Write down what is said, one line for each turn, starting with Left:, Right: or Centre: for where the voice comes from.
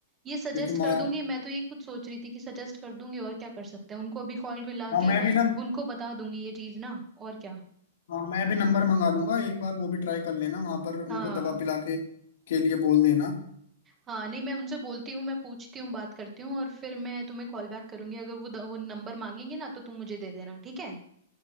Right: ये सजेस्ट
Left: क्योंकि
Right: कर
Left: मार
Right: दूंगी मैं तो ये खुद सोच रही थी कि सजेस्ट कर दूंगी और क्या कर सकते हैं उनको अभी कॉल मिला
Left: हाँ
Right: के
Left: मैं भी ना
Right: उनको बता दूंगी ये चीज ना और क्या
Left: हाँ मैं भी नंबर मंगा लूंगा एक बार वो भी ट्राई कर लेना वहां पर उनको
Right: हाँ
Left: दवा पिला के के लिए बोल देना
Right: हाँ नहीं मैं उनसे बोलती हूँ मैं पूछती हूँ बात करती हूँ और फिर मैं तुम्हें कॉल बैक करूंगी अगर वो वो नंबर मांगेंगे ना तो तुम मुझे दे देना ठीक है